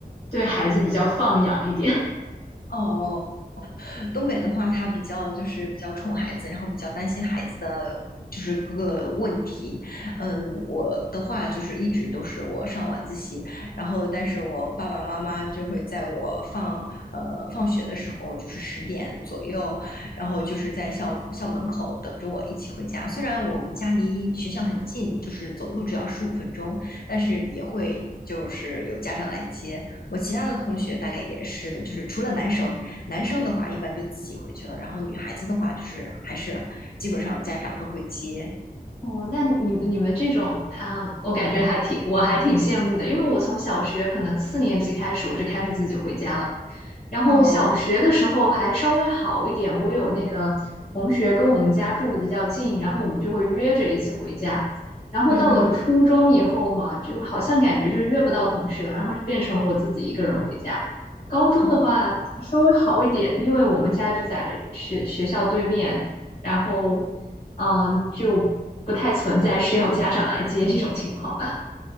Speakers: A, on the left; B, on the left.
A: 对孩子比较放养一点。
B: 哦哦。东北的话，他比较就是比较宠孩子，然后比较担心孩子的就是各个问题。嗯，我的话就是一直都是我上晚自习，然后但是我爸爸妈妈就会在我放呃放学的时候，就是十点左右，然后就是在校校门口等着我一起回家。虽然我们家离学校很近，就是走路只要十五分钟，但是也会。就是有家长来接我，其他的同学大概也是，就是除了男生，男生的话一般就自己回去了，然后女孩子的话就是还是基本上家长都会接。
A: 哦，那你你们这种啊，我感觉还挺，我还挺羡慕的，因为我从小学可能四年级开始，我就开始自己回家了。然后小学的时候还稍微好一点，
B: 哦，
A: 我有那个同学跟我们家住的比较近，然后我们就会约着一起回家。然后到了初中以后嘛，
B: 嗯嗯，
A: 就好像感觉就约不到同学了，然后就变成我自己一个人回家。高中的话稍微好一点，
B: 哦，
A: 因为我们家就在学学校对面，然后。嗯，就不太存在需要家长来接这种情况吧。